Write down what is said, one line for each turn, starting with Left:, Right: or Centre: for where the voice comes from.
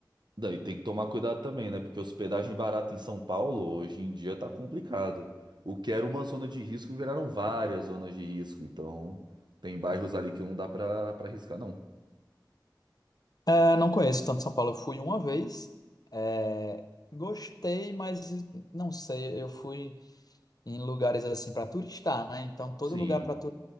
Right: Daí tem que tomar cuidado também, né? Porque hospedagem barata em São Paulo hoje em dia tá complicado. O que era uma zona de risco viraram várias zonas de risco, então tem bairros ali que não dá pra, pra arriscar, não.
Left: É, não conheço tanto São Paulo. Eu fui uma vez, é, gostei, mas não sei. Eu fui em lugares assim para turistar, né? Então todo
Right: Sim.
Left: lugar para